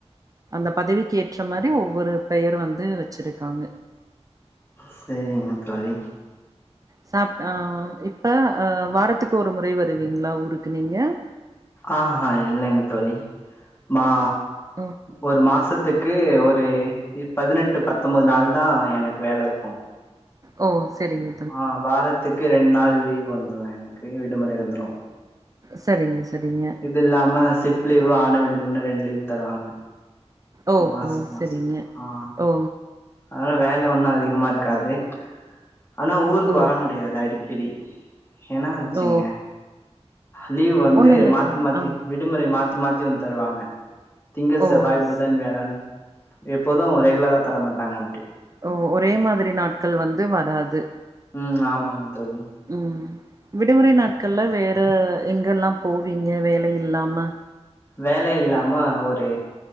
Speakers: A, on the right; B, on the left.
A: அந்த பதவிக்கேற் ற மாரி ஒவ்வொரு பெயர் வந்து வச்சிருக்காங்க
B: சேரிங்க தோழி
A: சாப் ஆ இப்ப வாரத்துக்கு ஒரு முறை வருவீங்ளா ஊருக்கு நீங்க
B: ஆஹா இல்லைங்க தோழி மா
A: ஓ
B: ஒரு மாசத்துக்கு ஒரு பதினெட்டு பத்தொன்பது நாள் தா எனக்கு வேல இருக்கு
A: ஓ செரிங்க
B: ஆ வாரத்துக்கு ரெண்ட் நாள் லீவ் வந்துரு எனக்கு விடுமுறை வந்துரு
A: செரிங்க செரிங்க
B: இது இல்லாம சிப்ட் லீவு ஆனுவல் லீவுன்னு ரெண்டு லீவ் தருவாங்க
A: ஓ
B: மாச
A: ஓ
B: மாச
A: சரிங்க
B: ஆ
A: ஓ
B: அதனால வேல ஒன்னு அதிகமா இருக்காது ஆனா ஊருக்கு
A: ஓ
B: வர முடியாது அடிக்கடி என்னாச்சுங்க
A: ஓ
B: லீவ் வந்து
A: ஒண்ணு இல்ல
B: மாத்தி
A: தோழி
B: மாத்தி
A: ஆ
B: விடுமுறை மாத்தி மாத்தி வந்து தருவாங்க திங்கள்
A: ஓ
B: செவ்வாய் புதன்
A: ஸ்
B: வியாழன் எப்போது ரெகுலரா தரமாட்டாங்க அப்டி
A: ஓ ஒரே மாதிரி நாட்கள் வந்து வராது
B: ம் ஆமாங்க தோழி
A: ம் விடுமுறை நாட்கள்ல வேற எங்கெல்லா போவீங்க வேலை இல்லாம
B: வேலை இல்லாம ஒரு